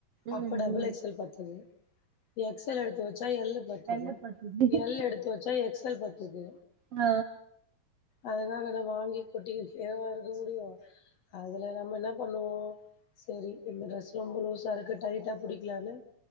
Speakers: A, on the right; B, on the left.
A: ம்
B: அப்ப டபுள்
A: ம்
B: எக்ஸ்எல் பத்துது எக்ஸ் எல் எடுத்து வச்சா எல்லு பத்துது
A: கேள்விப்பட்ருக்கே
B: எல் எடுத்து வச்சா எக்ஸ் எல் பத்துது
A: அ
B: அதுக்காக நம்ம வாங்கி கொட்டிக்கிட்டேவா இருக்க முடியு அதுல நம்ம என்ன பண்ணுவோ செரி இந்த டிரெஸ்லா ரொம்ப லூஸா இருக்கு டைட்டா புடிக்கலானு